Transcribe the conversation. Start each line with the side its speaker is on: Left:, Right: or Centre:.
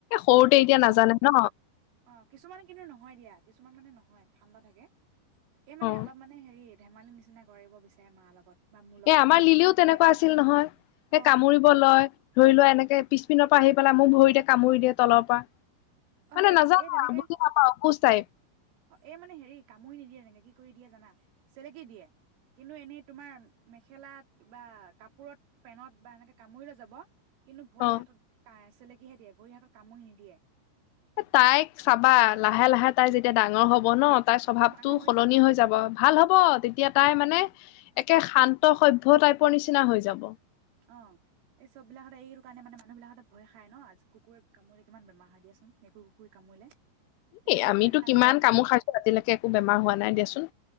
Left: সৰুতে
Right: এ
Left: এতিয়া
Right: কিছু
Left: নাজানে ন
Right: অ', কিছুমানে কিন্তু নহয় দিয়া কিছুমান মানে নহয়। নহয় ঠাণ্ডা থাকে। এই মানে
Left: অ
Right: অলপ মানে হেৰি ধেমালিৰ নিচিনা কৰিব বিচাৰে মাৰ লগত। বা মোৰ লগত
Left: এ আমাৰ লিলিও তেনেকুৱা আছিল নহয় এই
Right: অ
Left: কামুৰিব লয়। ধৰি লোৱা এনেকে পিছপিনৰ পৰা আহি পেলাই মোক ভৰিতে কামুৰি দিয়ে তলৰ পৰা।
Right: অ
Left: মানে
Right: সেই
Left: নাজানা
Right: এই তেনেকে
Left: বুজি নাপাওঁ অ', খোজ তাই।
Right: অ', এই মানে হেৰি কামুৰি নিদিয়ে তেনেকে কি কৰি দিয়ে জানা চেলেকে দিয়ে কিন্তু এনেই তোমাৰ মেখেলাত বা কাপোৰত পেনত বা এনেকে কামুৰি লৈ যাব। কিন্তু ভৰি
Left: অ
Right: হাতত কা ই ছেলেকী কিহে দিয়ে ভৰি হাতত কামুৰি নিদিয়ে।
Left: তাইক চাবা লাহে লাহে তাই যেতিয়া ডাঙৰ হ'ব ন। তাইৰ স্বভাৱটো
Right: ডাঙৰ হৈছে
Left: সলনি
Right: অ
Left: হৈ যাব। ভাল হ'ব তেতিয়া তাই মানে একে শান্ত সভ্য টাইপৰ নিচিনা হৈ যাব।
Right: অ', এই চব বিলাকতে এইটো কাৰণে মানে মানুহ বিলাকতে ভয় খায় ন' কুকুৰে কামুৰিলে কিমান বেমাৰ হয় দিয়াচোন মেকুৰ কুকুৰৰে কামুৰিলে। সেইকাৰণে
Left: এই আমিটো
Right: ভয় খাই
Left: কিমান
Right: মানে
Left: কামোৰ খাইছো ৰাতিলৈকে একো বেমাৰ হোৱা নাই দিয়াচোন।